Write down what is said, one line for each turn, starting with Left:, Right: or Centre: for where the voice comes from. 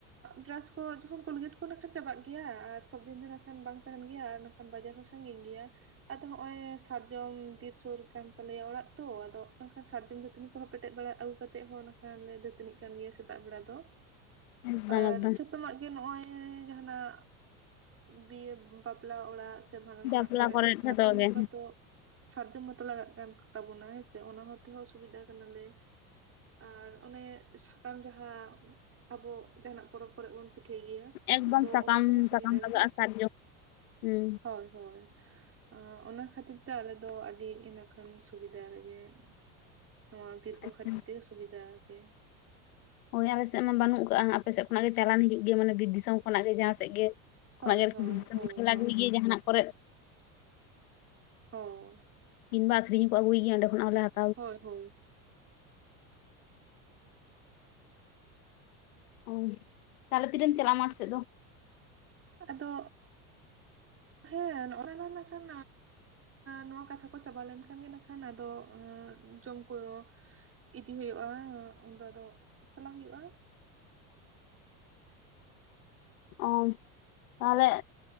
Right: ᱵᱨᱟᱥ ᱠᱚ ᱡᱚᱠᱷᱚᱱ ᱠᱳᱞᱜᱮᱴ ᱠᱚ ᱞᱮᱠᱷᱟᱱ ᱪᱟᱵᱟᱜ ᱜᱮ ᱜᱮᱭᱟ ᱟᱨ ᱥᱚᱵ ᱫᱤᱱ ᱫᱚ ᱱᱟᱠᱷᱟᱱ ᱵᱟᱝ ᱛᱟᱦᱮᱱ ᱜᱮᱭᱟ ᱟᱨ ᱱᱟᱠᱷᱟᱱ ᱵᱟᱡᱟᱨ ᱦᱚᱸ ᱥᱟᱹᱜᱤᱧ ᱜᱮᱭᱟ ᱾ ᱟᱫᱚ ᱱᱚᱜ ᱚᱭ ᱥᱟᱨᱡᱚᱢ ᱵᱤᱨ ᱥᱩᱨ ᱠᱟᱱ ᱛᱟᱞᱮᱭᱟ ᱚᱲᱟᱜ ᱛᱚ ᱟᱫᱚ ᱮᱱᱠᱷᱟᱱ ᱥᱟᱨᱡᱚᱢ ᱫᱟᱹᱛᱟᱹᱱᱤ ᱠᱚᱦᱚ ᱯᱮᱴᱮᱡ ᱵᱟᱲᱟ ᱟᱹᱜᱩ ᱠᱟᱛᱮᱜ ᱦᱚᱸ ᱱᱟ ᱠᱷᱟᱱ ᱞᱮ ᱫᱟᱹᱛᱟᱹᱱᱤᱜ ᱠᱟᱱ ᱜᱮᱭᱟ ᱥᱮᱛᱟᱜ ᱵᱮᱲᱟ ᱫᱚ
Left: ᱮᱠᱫᱚᱢ
Right: ᱟᱨ
Left: ᱮᱠᱫᱚᱢ
Right: ᱡᱛᱚᱢᱟᱜ ᱜᱮ ᱱᱚᱜᱼᱚᱭ ᱡᱟᱦᱟᱱᱟᱜ ᱵᱤᱦᱟᱹ ᱵᱟᱯᱞᱟ ᱚᱲᱟᱜ ᱥᱮ ᱥᱮ ᱵᱷᱟᱸᱰᱟᱱ
Left: ᱵᱟᱯᱞᱟ
Right: ᱚᱲᱟᱜ ᱠᱚᱨᱮ ᱥᱟᱨᱡᱚᱢ
Left: ᱡᱷᱚᱛᱚ ᱜᱮ
Right: ᱢᱟᱛᱚ ᱥᱟᱨᱡᱚᱢ ᱢᱟᱛᱚ ᱞᱟᱜᱟᱜ ᱠᱟᱱ ᱛᱟᱵᱚᱱᱟ ᱦᱮᱸᱥᱮ ᱚᱱᱟ ᱦᱚ ᱛᱮᱦᱚᱸ ᱥᱩᱵᱤᱫᱷᱟ ᱠᱟᱱᱟᱞᱮ ᱾ ᱟᱨ ᱚᱱᱮ ᱥᱟᱠᱟᱢ ᱡᱟᱦᱟᱸ ᱟᱵᱚ ᱡᱟᱦᱟᱱᱟᱜ ᱯᱚᱨᱚᱵ ᱠᱚᱨᱮ ᱵᱚᱱ ᱯᱤᱴᱷᱟᱹᱭ ᱜᱮᱭᱟ
Left: ᱮᱠᱫᱚᱢ
Right: ᱛᱚ
Left: ᱥᱟᱠᱟᱢ
Right: ᱚᱱᱟ ᱛᱮᱦᱚᱸ ᱥᱩᱵᱤᱫᱷᱟ
Left: ᱥᱟᱠᱟᱢ ᱞᱟᱜᱟᱜᱼᱟ
Right: ᱜᱮ ᱾
Left: ᱥᱟᱨᱡᱚᱢ ᱦᱩᱸ
Right: ᱦᱳᱭ ᱦᱳᱭ ᱾ ᱚᱱᱟ ᱠᱷᱟᱹᱛᱤᱨ ᱛᱮ ᱟᱞᱮ ᱫᱚ ᱟᱹᱰᱤ ᱤᱱᱟᱹ ᱠᱷᱟᱱ ᱥᱩᱵᱤᱫᱷᱟ ᱨᱮᱜᱮ ᱾ ᱱᱚᱣᱟ ᱵᱤᱨ ᱠᱚ
Left: ᱟᱪᱪᱷᱟ
Right: ᱠᱷᱟᱹᱛᱤᱨ ᱛᱮᱜᱮ ᱥᱩᱵᱤᱫᱷᱟ ᱜᱮ ᱾
Left: ᱦᱳᱭ ᱟᱞᱮ ᱥᱮᱫ ᱢᱟ ᱵᱟᱹᱱᱩᱜ ᱠᱟᱜᱟ ᱟᱯᱮ ᱥᱮᱫ ᱠᱷᱚᱱᱟᱜ ᱜᱮ ᱪᱟᱞᱟᱱ ᱦᱤᱡᱩᱜ ᱜᱮᱭᱟ ᱢᱟᱱᱮ ᱵᱤᱨ ᱫᱤᱥᱚᱢ ᱠᱷᱚᱱᱟᱜ ᱜᱮ ᱡᱟᱦᱟᱸ ᱥᱮᱫ ᱜᱮ
Right: ᱦᱳᱭ
Left: <unintelligible>
Right: ᱦᱳᱭ ᱦᱳᱭ
Left: ᱞᱟᱠᱛᱤᱜ
Right: ᱦᱳᱭ
Left: ᱜᱮᱭᱟ ᱡᱟᱦᱟᱱᱟᱜ ᱠᱚᱨᱮ᱾
Right: ᱦᱳᱭ ᱾
Left: ᱠᱤᱱᱵᱟ ᱟᱠᱷᱨᱤᱧ ᱠᱚ ᱟᱹᱜᱩᱭᱟ ᱚᱸᱰᱮ ᱠᱦᱚᱱᱟᱜ ᱦᱚᱸᱞᱮ ᱦᱟᱛ
Right: ᱦᱳᱭ ᱦᱳᱭ᱾
Left: ᱚᱻ ᱛᱟᱦᱚᱞᱮ ᱛᱤᱨᱮᱢ ᱪᱟᱞᱟᱜᱼᱟ ᱢᱟᱴᱷ ᱥᱮᱫ ᱫᱚ?
Right: ᱟᱫᱚ ᱦᱮᱸ ᱱᱚᱜᱼᱚᱭ ᱱᱟ ᱠᱷᱟᱱ ᱱᱚᱣᱟ ᱠᱟᱛᱷᱟ ᱠᱚ ᱪᱟᱵᱟ ᱞᱮᱱᱠᱷᱟᱱ ᱜᱮ ᱱᱟᱠᱷᱟᱱ ᱟᱫᱚ ᱡᱚᱢ ᱠᱚ ᱤᱫᱤ ᱦᱩᱭᱩᱜᱼᱟ ᱩᱱᱫᱚ ᱟᱫᱚ ᱪᱟᱞᱟᱜ ᱦᱩᱭᱩᱜᱼᱟ ᱾
Left: ᱚᱻ ᱛᱟᱦᱚᱞᱮ